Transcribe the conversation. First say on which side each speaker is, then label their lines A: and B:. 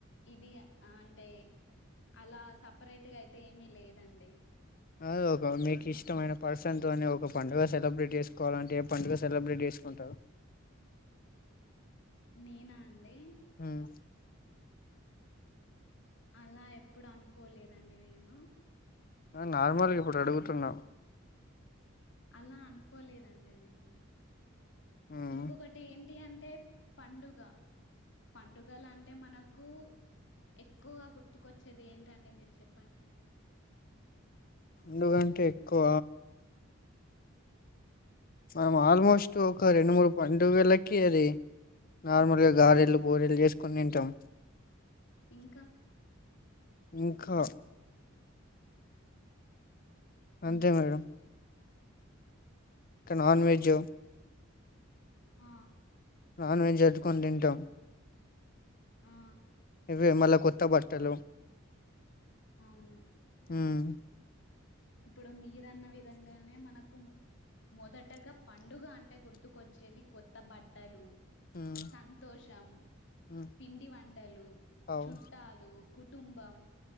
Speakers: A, on the left; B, on the left.
A: ఇది ఆ అంటే అలా సెపరేటుగ అయితే ఏమీ లేదండి
B: అ ఒక మీకు ఇష్టమైన పర్సన్ తోనే ఒక పండుగ సెలబ్రేట్ చేసుకోవాలంటే ఏ పండుగ సెలబ్రేట్ చేసుకుంటారు
A: నేనా అండి
B: హ్మ్
A: అలా ఎప్పుడు అనుకోలేదండి నేను
B: నార్మల్గా ఇప్పుడు అడుగుతున్నా
A: అలా అనుకోలేదండి నేను
B: ఉమ్
A: ఇంకొకటి ఏంటి అం టే పండుగ పండుగలు అంటే మనకు ఎక్కువగా గుర్ ర్తుకొచ్చేది ఏంటండి మీరు చెప్పండి
B: పండుగంటే ఎక్కువ మనం ఆల్మోస్ట్ ఒక రెండు మూడు పండుగలకి అది నార్మల్గా గారెలు బోరేలు చేసుకొని తింటాం
A: ఇంకా
B: ఇంకా అంతే మేడం తినవా వెజ్
A: ఆ
B: నాన్ వెజ్ అద్దుకొని తింటాం
A: ఆ
B: ఇవే మళ్ళ కొత్త త్త బట్టలు
A: అవును
B: ఉమ్
A: ఇప్పుడు మీయు న్న విధంగానే మన కుంది మొదటగా పండుగ అంటే గుర్తుకొచ్చేది కొత్త బట్టలు
B: ఉమ్
A: సంతోషం
B: ఉమ్
A: పిండి వంటలు
B: అవు
A: చుట్టాలు కుటుంబం